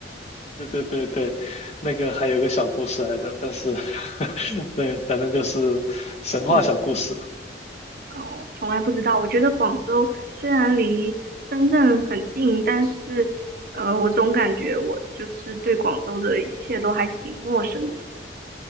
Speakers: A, on the left; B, on the right.
A: 对对对对，那个还有个小故事来着，但是 <laughs> 对，反正就是神话小故事。
B: 嗯，哦，从来不知道。我觉得广州虽然离深圳很近，但是，呃，我总感觉我就是对广州的一切都还挺陌生的。